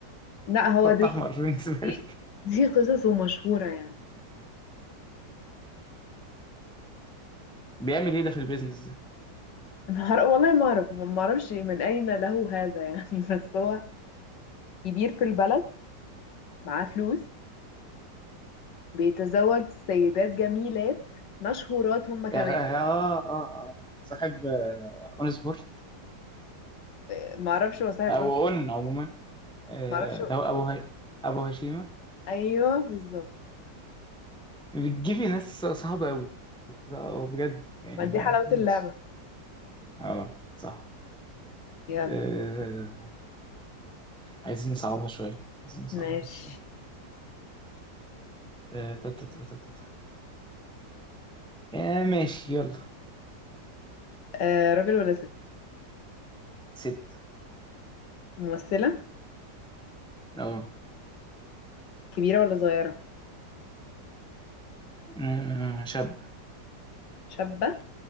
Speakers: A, on the left; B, in the centre.
A: لا هو
B: خط
A: دي
B: احمر
A: دي
B: بالنسبة
A: دي,
B: لي
A: دي قصصه مشهوره يعني
B: <laughs> بيعمل ايه ده في البيزنس ده؟
A: ما أعرف- والله ما اعرف ما اعرفش من اين له هذا يعني <laughs> بس هو كبير في البلد معاه فلوس بيتزوج سيدات جميلات مشهورات هم كمان
B: يعني اه اه اه صاحب آه، اون سبورت
A: آه، ما اعرفش هو صاحب
B: او
A: أنثى،
B: اون عموما آه،
A: ما اعرفش هو-
B: ده هو ابو ه- ابو هشيمة
A: ايوه بالظبط
B: بتجيبي ناس صعبة قوي بجد يعني
A: ما دي
B: ما
A: حلاوه
B: ماشي
A: اللعبه
B: اه صح
A: يلا
B: آه، عايزين نصعبها شوية عايزين نصعبها
A: ماشي
B: شوية آه، تا- تا- تا- تا- تا- تا. آه، ماشي يلا
A: آه راجل ولا ست
B: ست
A: ممثلة
B: اه
A: كبيرة ولا صغيرة
B: آه، شاب
A: شابة